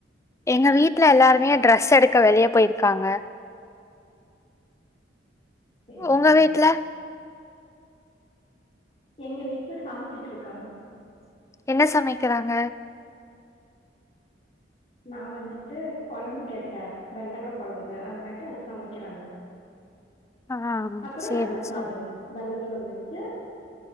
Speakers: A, on the left; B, on the left.
A: எங்க வீட்டுல எல்லாருமே ட்ரெஸ் எடுக்க வெளிய போயிருக்காங்க
B: சேரி
A: உங்க
B: சேரி
A: வீட்ல
B: எங்க வீட்டுல சமைச்சிட்டு இருக்காங்க
A: என்ன சமைக்கிறாங்க
B: நா வந்துட்டு குழம்பு கேட்டே வெண்டைக்கா கொழம்பு அதுங்காட்டி அது சமைக்கிறாங்க
A: ஆ
B: அப்புறம்
A: சேரி
B: வெள்ள சாதம்
A: சேரி
B: வெள்ள சோறு வச்சு